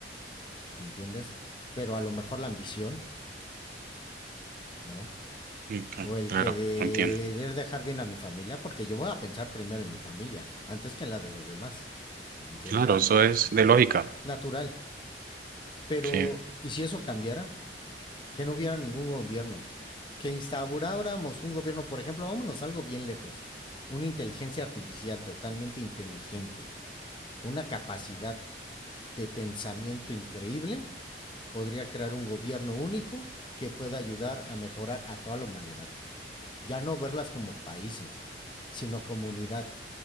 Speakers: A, on the left (about 30°); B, on the right (about 50°).
A: ¿me entiendes? Pero a lo mejor la ambición, ¿no?
B: Ujú,
A: O el
B: Claro,
A: que de
B: entiendo.
A: querer dejar bien a mi familia, porque yo voy a pensar primero en mi familia, antes que en la de los demás, ¿me entiendes?
B: Claro, eso es de lógica,
A: Natural. Pero,
B: sí,
A: ¿y si eso cambiara? Que no hubiera ningún gobierno. Que instauráramos un gobierno, por ejemplo, vámonos algo bien lejos. Una inteligencia artificial totalmente inteligente, con una capacidad de pensamiento increíble, podría crear un gobierno único que pueda ayudar a mejorar a toda la humanidad. Ya no verlas como países, sino como unidad,